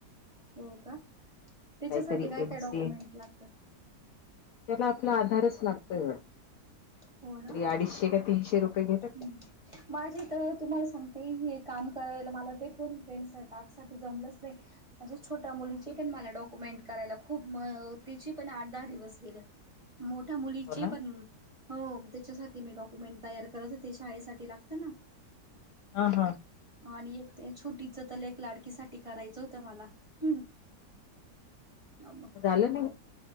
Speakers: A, on the right; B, on the left.
A: हो का त्याच्यासाठी
B: काहीतरी
A: काय
B: एमसी
A: काय डॉक्युमेंट लागता.
B: त्याला आपला आधारच लागतोय वाट तरी
A: हो ना
B: अडीचशे का ती तीशे रुपये घेत
A: <unintelligible> माझे तर तुम्हाला सांगते काम करायला मला ते फोन पेन चा <unintelligible> टाक साठी जमलंच नाही. माझ्या छोट्या मुलीचे पण मला डॉक्युमेंट करायला खूप म तची पण आठ दहा दिवस गेले.
B: <inaudible>
A: मोठ्या मुलीचे
B: हो ना
A: पण हो त्याच्यासाठी मी डॉक्युमेंट तयार खत ते शा आईसाठी लागतं ना.
B: हा हा.
A: आणि एक ते छोटीच त लेक लाडकीसाठी करायचं होतं मला हम्म. आम म
B: झालं नाही